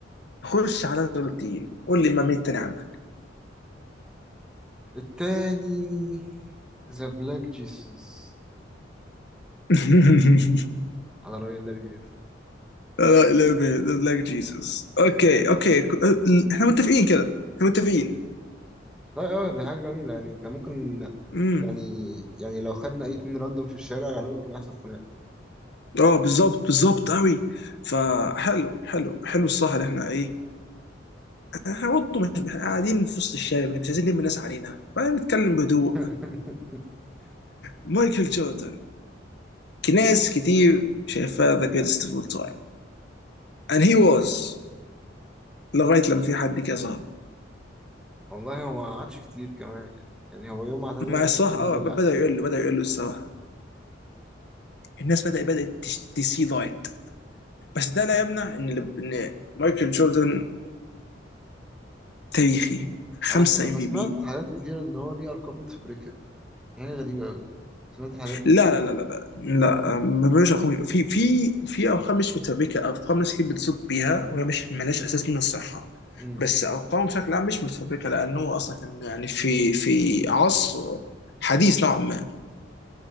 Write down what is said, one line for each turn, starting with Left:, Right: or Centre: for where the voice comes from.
Left: خش على دول تقيل قول لي ما مين تاني عندك
Centre: التاني ذا بلاك جيسوس
Left: <laughs>
Centre: على رأي لاري بيرد
Left: لا لا لا لايك جيسس اوكي اوكي احنا متفقين كده احنا متفقين
Centre: طيب اه دي حاجة جميلة يعني كان ممكن
Left: امم
Centre: يعني يعني لو خدنا أي اتنين راندوم في الشارع غالبا كان هيحصل خناقة
Left: اه بالظبط بالظبط قوي فحلو حلو حلو الصح اللي احنا ايه احنا برضه مش احنا قاعدين في وسط الشارع مش عايزين نلم الناس علينا فنتكلم بهدوء
Centre: <laughs>
Left: <laughs> مايكل جوردن ناس كتير شايفاه ذا جريتست اوف اول تايم and he was لغايه لما في حد كده ظهر
Centre: والله هو ما قعدش كتير كمان يعني يعني هو يوم ما اعتزل
Left: مع الصراحه
Centre: برون
Left: اه
Centre: طلع
Left: ب- بدا يقول له بدا يقول له الصراحه الناس بدا بدات تسي لايت بس ده لا يمنع ان ان مايكل جوردن تاريخي خمسة
Centre: أنا سمعت أنا
Left: ام في
Centre: سمعت
Left: بي
Centre: حاجات كتيرة إن هو ليه أرقام متفبركة يعني غريبة أوي سمعت الحاجات دي؟
Left: لا لا لا لا لا لا آه، ما بقولش ارقام في في في ارقام مش متفبركه ارقام ناس كتير بتصوت بيها وهي مش ملهاش اساس من الصحه
Centre: مم.
Left: بس ارقامه بشكل عام مش متفبركه لانه اصلا كان يعني في في عصر حديث نوعا ما